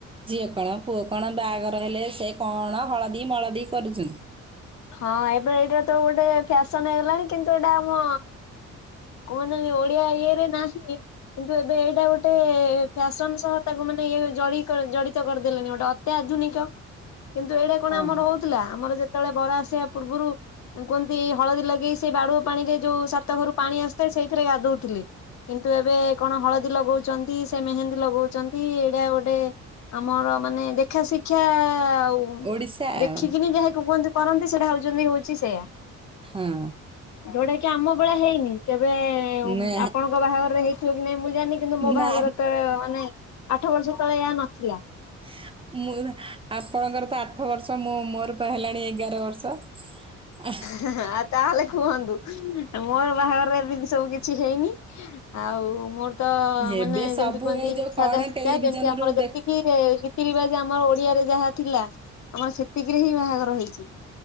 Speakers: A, on the right; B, on the left.
A: ଝିଅ କଣ ପୁଅ କଣ ବାହାଘର ହେଲେ ସେ କଣ ହଳଦୀ ମଳଦୀ କରୁଛନ୍ତି।
B: ହଁ ଏବେ ଏଇଟା ତ ଗୋଟେ ଫ୍ୟାସନ ହେଇଗଲାଣି କିନ୍ତୁ ଏଇଟା ଆମ କୁହନ୍ତିନି ଓଡିଆ ଇଏରେ ନାହିଁ। କିନ୍ତୁ ଏବେ ଏଇଟା ଗୋଟେ ଫ୍ୟାସନ ସହ ତାକୁ ମାନେ ଇଏ ଜଡି-ଜଡିତ କରିଦେଲେଣି ଗୋଟେ ଅ ଅତ୍ୟାଧୁନିକ, କିନ୍ତୁ ଏଇଟା କଣ
A: ହଁ
B: ଆମର ହଉଥିଲା ଆମର ଯେତେବେଳେ ବର ଆସିବା ପୂର୍ବରୁ ତାଙ୍କୁ ଏନ୍ତି ହଳଦୀ ଲଗେଇ ସେ ବାଡୁଆ ପାଣି ରେ ଯୋଉ ସାତ ଘରୁ ପାଣି ଆସିଥାଏ ସେଇଥିରେ ଗାଧଉଥିଲେ। କିନ୍ତୁ ଏବେ କଣ ହଳଦୀ ଲଗଉଛନ୍ତି, ସେ ମେହେନ୍ଦୀ ଲଗଉ ଏଇଟା ଗୋଟେ ଆମର ମାନେ ଦେଖା ଶିକ୍ଷା ଆଉ
A: ଓଡ଼ିଶା ଆଉ
B: ଦେଖିକିନି ଯାହାକୁ କୁହନ୍ତି କରନ୍ତି ସେଇଟା ହଉଛନ୍ତି ହଉଛି ସେଇଆା।
A: ହଁ।
B: ଯୋଉଟା କି ଆମ ବେଳେ ହେଇନି, କେବେ
A: ନା
B: ଆପଣଙ୍କ ବାହାଘର ହେଇଥିବ କି ନାଇଁ ମୁଁ ଜାଣି କିନ୍ତୁ ମୋ
A: ନା
B: ବାହାଘର ତ ମାନେ ଆଠ ବର୍ଷ ତଳେ ଏହା ନଥିଲା।
A: ହ। ମୁଁ ଆପଣଙ୍କର ତ ଆଠ ବର୍ଷ ମୁଁ ମୋର ପା ହେଲାଣି ଏଗାର ବର୍ଷ। ଆ ହା।
B: ହା ହା ହା ତାହେଲେ କୁହନ୍ତୁ ମୋର ବାହାଘରେ ଏମିତି ସବୁ କିଛି ହେଇନି। ଆଉ ମୋର ତ
A: ଏବେ
B: ମାନେ
A: ସବୁ
B: ଯେମିତି କୁହନ୍ତି
A: ଏଇ ଯୋଉ
B: ସାଧା
A: କଣ
B: ସିଧା,
A: ଟେଲିଭିଜନରୁ
B: ଯେମତି ଆମର
A: ଦେ
B: ଯେତିକି ରିତିରିବାଜ୍ ଆମର ଓଡିଆରେ ଯାହା ଥିଲା ଆମର ସେତିକିରେ ହିଁ ବାହାଘର ହେଇଛି।